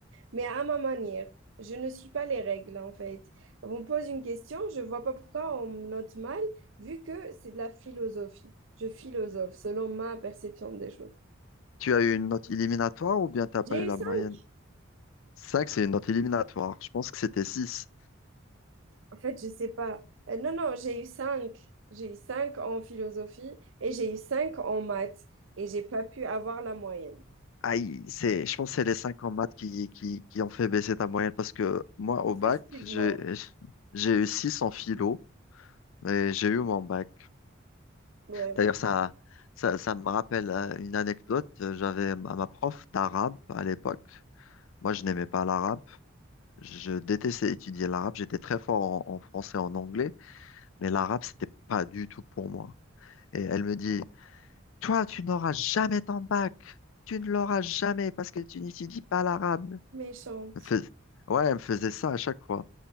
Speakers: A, on the right (about 70°); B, on the left (about 75°).
A: mais à ma manière. Je ne suis pas les règles, en fait. On me pose une question, je vois pas pourquoi on me note mal, vu que c'est de la philosophie. Je philosophe selon ma perception des choses.
B: Tu as eu une note éliminatoire ou bien tu n'as pas
A: J'ai
B: eu la
A: eu 5
B: moyenne? 5, c'est une note éliminatoire. Je pense que c'était 6.
A: en fait, je sais pas. Euh, non, non, j'ai eu cinq J'ai eu 5 en philosophie et j'ai eu 5 en maths et j'ai pas pu avoir la moyenne.
B: Aïe, c'est, je pense que c'est les 5 en maths qui, qui, qui ont fait baisser ta moyenne parce que moi, au
A: Effectivement,
B: bac, j'ai, j'ai eu 6 en philo Et j'ai eu mon bac.
A: ouais,
B: D'ailleurs, ça, ça, ça me rappelle euh, une anecdote. J'avais ma ma prof d'arabe à l'époque. Moi, je n'aimais pas l'arabe. Je détestais étudier l'arabe. J'étais très fort en, en français, en anglais, mais l'arabe, c'était pas du tout pour moi. Et elle me dit, Toi, tu n'auras jamais ton bac. Tu ne l'auras jamais parce que tu n'étudies pas l'arabe.
A: méchante.
B: Elle me fais- Ouais, elle me faisait ça à chaque fois.